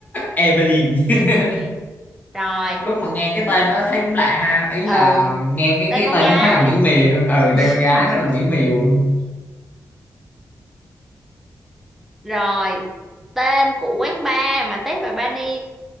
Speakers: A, on the left; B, in the centre.
A: Evelyn <laughs>
B: Evelyn. Rồi.
A: lúc mà nghe cái tên nó thấy cũng lạ ha ý
B: Ừ,
A: là nghe cái
B: tên
A: cái
B: con
A: tên
B: gái.
A: nó khá là mỹ miều ừ tên
B: <laughs>
A: con gái rất là mỹ miều luôn
B: Rồi. Tên của quán bar mà Ted và Barney